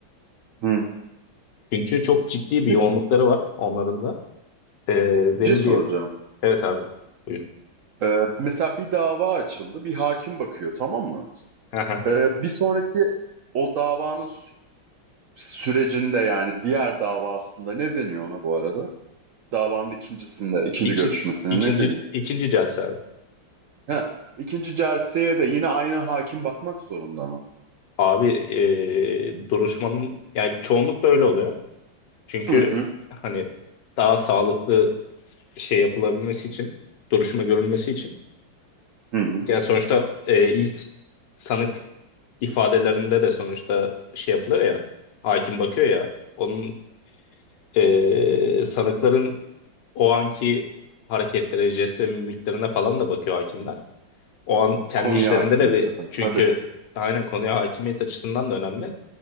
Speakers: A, on the right (about 80°); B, on the left (about 70°).
A: Hı.
B: Çünkü çok ciddi bir
A: Bir
B: yoğunlukları var onların da. Ee, benim
A: şey soracağım.
B: bir... Evet abi buyur.
A: Ee, mesela bir dava açıldı, bir hakim bakıyor, tamam mı?
B: Aha.
A: Ee, bir sonraki o davanın sü- sürecinde yani diğer davasında ne deniyor ona bu arada? Davanın ikincisinde, ikinci
B: İki,
A: görüşmesine
B: ikinci,
A: ne deniyor?
B: ikinci celse abi.
A: Ha, ikinci celseye de yine aynı hakim bakmak zorunda mı?
B: Abi e, duruşmanın yani çoğunlukla öyle oluyor. Çünkü
A: Hı hı.
B: hani daha sağlıklı şey yapılabilmesi için duruşma görülmesi için
A: Hı hı.
B: Yani sonuçta e, ilk sanık ifadelerinde de sonuçta şey yapılıyor ya, hakim bakıyor ya, onun e, sanıkların o anki hareketlere, jest ve mimiklerine falan da bakıyor hakimler. O an kendi
A: Konuya
B: işlerinde
A: hakimiyet
B: de bir,
A: kazan.
B: çünkü
A: Tabii.
B: aynen konuya hakimiyet açısından da önemli.